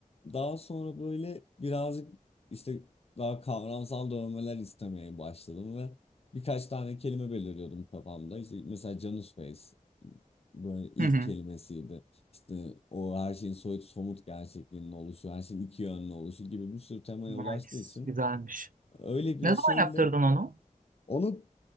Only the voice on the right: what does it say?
Hı hı.
Nice,
güzelmiş.
Ne zaman
yaptırdın onu?